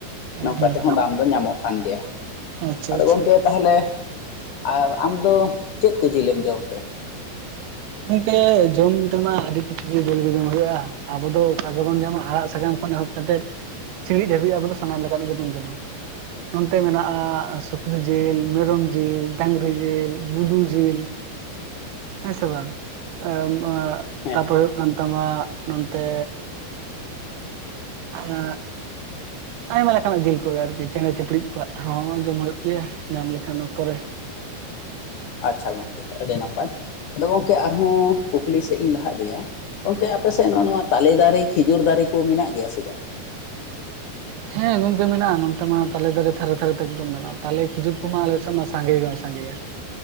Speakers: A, on the right; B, on the left.
A: ᱦᱮᱸ
B: ᱱᱚᱝᱠᱟ
A: ᱦᱮᱸ
B: ᱛᱮᱦᱚᱸ ᱫᱟᱢ ᱫᱚ ᱧᱟᱢᱚᱜ ᱠᱟᱱ ᱜᱮᱭᱟ,
A: ᱟᱪᱪᱷᱟ
B: ᱟᱫᱚ
A: ᱟᱪᱪᱷᱟ
B: ᱜᱚᱝᱠᱮ ᱛᱟᱦᱚᱞᱮ ᱟᱨ ᱟᱢᱫᱚ ᱪᱮᱫ ᱠᱚ ᱡᱤᱞᱮᱢ ᱡᱚᱢᱛᱮ?
A: ᱜᱚᱢᱠᱮ ᱡᱚᱢ ᱛᱮᱢᱟ ᱟᱹᱰᱤ ᱠᱤᱪᱷᱩ ᱜᱮ ᱡᱤᱞ ᱜᱮ ᱡᱚᱢ ᱦᱩᱭᱩᱜᱼᱟ᱾ ᱟᱵᱚ ᱫᱚ ᱚᱠᱟ ᱜᱮᱵᱚᱱ ᱧᱟᱢᱟ ᱟᱲᱟᱜ ᱥᱟᱠᱟᱢ ᱠᱷᱚᱱ ᱮᱦᱚᱵ ᱠᱟᱛᱮᱫ ᱥᱤᱸᱲᱤᱡ ᱫᱷᱟᱹᱵᱤᱡ ᱟᱵᱚ ᱥᱟᱱᱟᱢ ᱞᱮᱠᱟᱱᱟᱜ ᱜᱮᱵᱚᱱ ᱡᱚᱢᱟ᱾ ᱱᱚᱱᱛᱮ ᱢᱮᱱᱟᱜᱼᱟ ᱥᱩᱠᱨᱤ ᱡᱤᱞ ᱢᱮᱨᱚᱢ ᱡᱤᱞ ᱰᱟᱝᱨᱤ ᱡᱤᱞ ᱜᱩᱰᱩ ᱡᱤᱞ᱾ ᱦᱮᱸ ᱥᱮ ᱵᱟᱝ? ᱮᱢ ᱮ
B: ᱦᱮᱸ
A: ᱛᱟᱯᱚᱨᱮ ᱦᱩᱭᱩᱜ ᱠᱟᱱ ᱛᱟᱢᱟ ᱱᱚᱱᱛᱮ ᱮᱸᱜ ᱟᱭᱢᱟ ᱞᱮᱠᱟᱱᱟᱜ ᱡᱤᱞ ᱠᱚᱜᱮ ᱟᱨᱠᱤ ᱪᱮᱬᱮ ᱪᱤᱯᱲᱩ ᱠᱚᱣᱟᱜ ᱦᱚᱸ ᱡᱚᱢ ᱦᱩᱭᱩᱜ ᱜᱮᱭᱟ ᱧᱟᱢ ᱞᱮᱠᱷᱟᱱ ᱚᱠᱛᱚ ᱨᱮ᱾
B: ᱟᱪᱪᱷᱟ ᱜᱚᱝᱠᱮ ᱟᱹᱰᱤ ᱱᱟᱯᱟᱭ ᱟᱫᱚ ᱜᱚᱢᱠᱮ ᱟᱨᱦᱚᱸ ᱠᱩᱠᱞᱤ ᱥᱮᱫ ᱤᱧ ᱞᱟᱦᱟ ᱤᱫᱤᱭᱟ ᱜᱚᱝᱠᱮ ᱟᱯᱮᱥᱮᱫ ᱱᱚᱜ ᱱᱚᱣᱟ ᱛᱟᱞᱮ ᱫᱟᱨᱮ ᱠᱷᱤᱡᱩᱨ ᱫᱟᱨᱮ ᱠᱚ ᱢᱮᱱᱟᱜ ᱜᱮᱭᱟ ᱥᱮ ᱵᱟᱝ
A: ᱦᱮᱸ ᱜᱚᱝᱠᱮ ᱢᱮᱱᱟᱜ-ᱟ ᱱᱚᱱᱛᱮ ᱢᱟ ᱛᱟᱞᱮ ᱫᱟᱨᱮᱷᱟᱨᱮ ᱛᱷᱟᱨᱮ ᱛᱮ ᱮᱠᱫᱚᱢ ᱢᱮᱱᱟᱜ-ᱟ ᱛᱟᱞᱮ ᱠᱷᱤᱡᱩᱨ ᱠᱚᱢᱟ ᱟᱞᱮ ᱥᱮᱫ ᱢᱟ ᱥᱟᱸᱜᱮ ᱜᱮ ᱥᱟᱸᱜᱮᱭᱟ